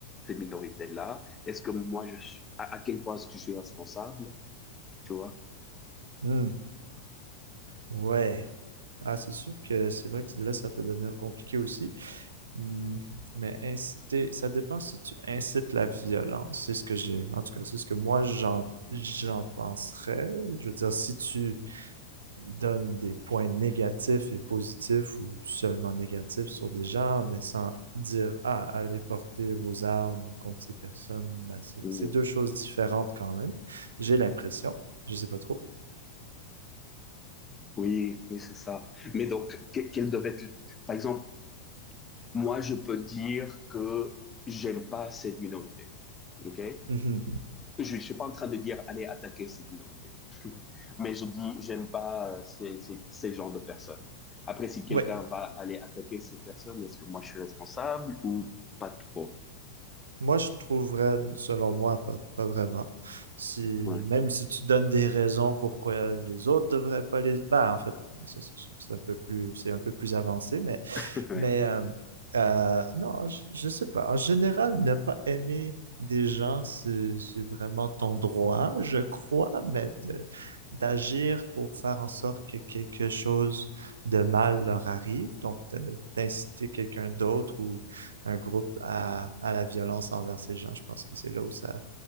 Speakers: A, on the left; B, on the right.
A: ces minorités-là, est-ce que moi, je, suis- à, à quel point est-ce que je suis responsable, tu vois?
B: Hmm. Ouais. Ah, c'est sûr que c'est vrai que là, ça peut devenir compliqué aussi. Hmm. Mais inciter, ça dépend si tu incites la violence. C'est ce que j'ai. En tout cas, c'est ce que moi, j'en, j'en penserais. Je veux dire, si tu donne des points négatifs et positifs ou seulement négatifs sur des gens, mais sans dire Ah, allez porter vos armes contre ces personnes, ben, c'est
A: Oui,
B: c'est deux choses différentes quand même. J'ai l'impression. Je sais pas trop.
A: oui, oui, c'est ça. Mais donc, que- quelle devait être... Par exemple, moi, je peux dire que j'aime pas cette minorité. OK?
B: Mhm.
A: Je ne suis pas en train de dire allez attaquer cette minorité, mais je dis j'aime pas euh, ces, ces, ces genres de personnes. Après, si quelqu'un
B: Oui.
A: va aller attaquer cette personne, est-ce que moi je suis responsable ou pas trop?
B: Moi, je trouverais, selon moi, pas, pas vraiment. Si,
A: Ouais,
B: même si tu donnes des raisons pourquoi les autres devraient pas les, ben, en fait, ça, c'est sûr que c'est un peu plus, c'est un peu plus avancé, mais
A: <laughs> ouais.
B: Mais euh, euh, non, je, je sais pas. En général, ne pas aimer des gens, c'est c'est vraiment ton droit, je crois, mais de- d'agir pour faire en sorte que quelque chose de mal leur arrive, donc de- d'inciter quelqu'un d'autre ou un groupe à, à la violence envers ces gens, je pense que c'est là où ça,